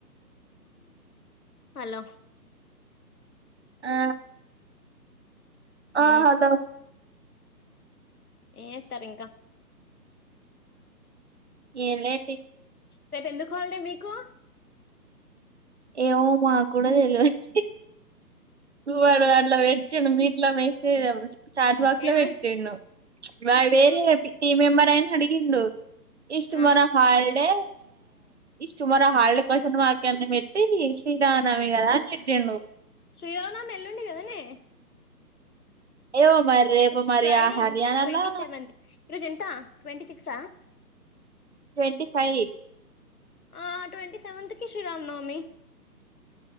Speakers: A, on the left; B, on the right.
A: హాలో
B: ఆ
A: ఉ
B: ఆ హలో
A: ఏత్తారింకా
B: ఎంలే
A: రేపు ఎందుకు హాలిడే మీకు
B: ఏమో మా కూడా తెలియచ్చ చూవాడు అట్లా పెట్టిండు మీట్లో వేస్టేజ్ చార్ట్ బాక్స్
A: ఏమ
B: లో పెట్టిండు వాడు వేరే
A: ఏమ
B: హపీ టీమ్ మెంబర్ అయిన అడగగిండు ఇష్ట
A: ఆ
B: మర హా అే ఇష్ట మరో హార్డ్ క్వశ్చన్ మార్క్ ఎ పెట్టి శ్రీరానమి కదా అని పెట్టిండు
A: శ్రీరామానవమి ఎల్లుండి కదనే
B: ఏమో మరి రేపు
A: ఇట్స్
B: మరి
A: ఫ్రైడే
B: ఆ హర్యానాలో
A: ట్వంటి సెవెంత్ ఈరోజు ఎంత ట్వంటి సిక్స్ అ
B: ట్వంటి ఫైవ్
A: ఆ ట్వంటీ సెవెన్త్కి శ్రీరామ్ నవమి